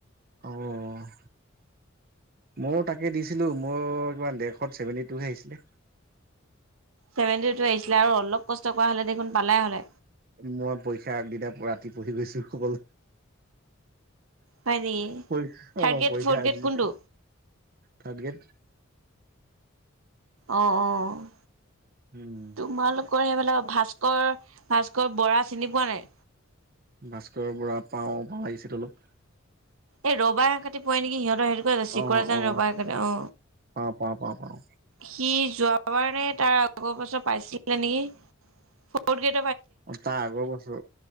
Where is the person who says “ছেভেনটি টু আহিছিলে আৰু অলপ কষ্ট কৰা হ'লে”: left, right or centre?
Right